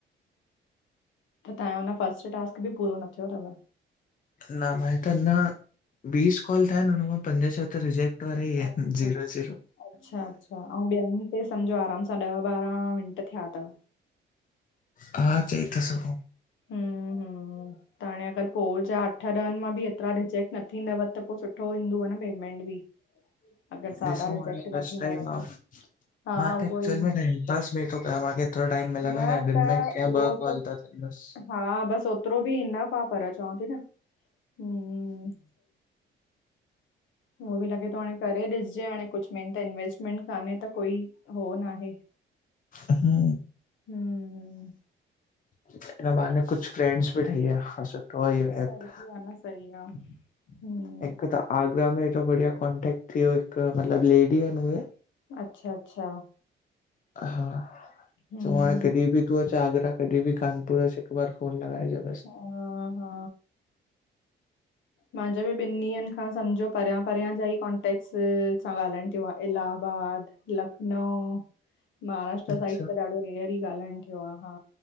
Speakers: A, on the left; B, on the left.
A: त तवायो अना फस्ट टास्क बि पूरो न थियो थव?
B: न मां त न, बीस कॉल थया आहिनि हुन मां पंज छह त रिजेक्ट <unintelligible> आहिन
A: अच्छा,
B: जीरो जीरो
A: अच्छा अच्छा अउ ॿियनि ते सम्झो आराम सां ॾह ॿारहं मिंट थिया थव?
B: हा चई था सघूं।
A: हम्म हम्म त हाणे अगरि पो जा अठ ॾहनि मां बि एतिरा रिजेक्ट न थींदव त पो सुठो ईंदो आ न पेमेंट भी अगरि सादा
B: ॾिसूं
A: रिजेक्ट
B: हाणे फस्ट
A: न थींदव
B: टाइम
A: त
B: आ
A: हा
B: मां त
A: उहो
B: एक्चुअल
A: ई
B: में टाइम पास में थो कयां, माखें हेतरो टाइम मिलंदो
A: न
B: इ नाय दिन
A: त
B: में कि ॿ
A: उहो
B: कॉल
A: त
B: थियनि बसि
A: हा बसि ओतिरो बि ईनफ आ, पर चव थी न, हम्म उहो बि लॻे थो हाणे करे ॾिसजे हाणे कुछ मेन त इंवेस्टमेंट कान्हे त कोई हो न आहे
B: अहा
A: हम्म
B: हिन बहाने कुछ फ्रेंड्स बि ठही विया आहे इहो
A: सही
B: एप
A: आ सही आ, हम्म
B: हिकु त आगरा में एतरो बढिया कॉन्टेक्ट थी वियो, हिक मतलब लेडी आहिन उहे
A: अच्छा अच्छा
B: हा,
A: हम्म
B: चयउ हाणे कॾी
A: हम्म
B: बि तूं अचु आगरा कॾहिं बि कानपुर अची हिकु बार फोन लॻाइजा
A: हा हा माजों बि ॿिनि ॾींहंनि खां सम्झो परियां परियां जा ई कॉन्टेक्ट्स सां ॻाल्हाइणु थियो आ, इलाहबाद लखनऊ महाराष्ट्र
B: अच्छा
A: साइड त ॾाढो रेयर ई ॻाल्हाइणु थियो आ हा,